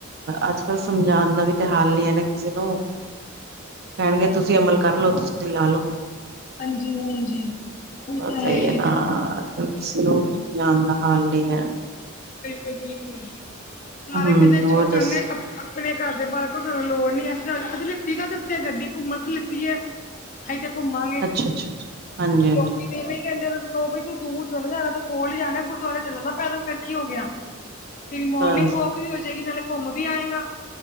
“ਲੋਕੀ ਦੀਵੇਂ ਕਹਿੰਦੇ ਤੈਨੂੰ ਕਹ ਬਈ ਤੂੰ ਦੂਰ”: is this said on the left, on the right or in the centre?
Left